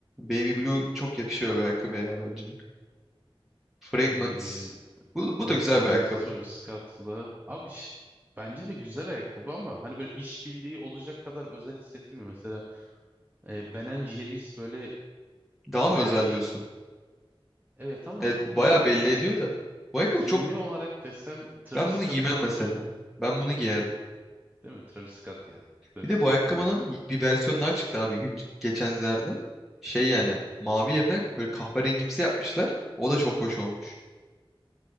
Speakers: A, in the centre; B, on the right.
A: Baby Blue çok yakışıyor bir ayakkabıya ya bence. Fragment.
B: Eee
A: Bu, bu da
B: Breakmont
A: güzel bir ayakkabı.
B: Travis Scott'la. Abi ş- bence de güzel ayakkabı ama hani böyle işbirliği olacak kadar özel hissettirmiyor. Mesela E, Ben and Jerry's böyle
A: Daha
B: bayağı
A: mı özel
B: iş
A: diyorsun?
B: bil. Evet ama
A: Evet bu
B: bilmiyorum
A: bayağı belli
B: ya.
A: ediyor
B: Ya
A: da. Bu ayakkabı
B: giyimi
A: çok...
B: olarak desem Travis
A: Ben
B: Scott
A: bunu giymem
B: daha
A: mesela.
B: hoş.
A: Ben bunu giyerdim.
B: Değil mi? Travis Scott ya. Travis
A: Bir de
B: Scott'tan
A: bu ayakkabının
B: devam.
A: bir versiyonu daha çıktı abi gün, geçenlerde. Şey yani mavi yerine böyle kahverengimsi yapmışlar. O da çok hoş olmuş.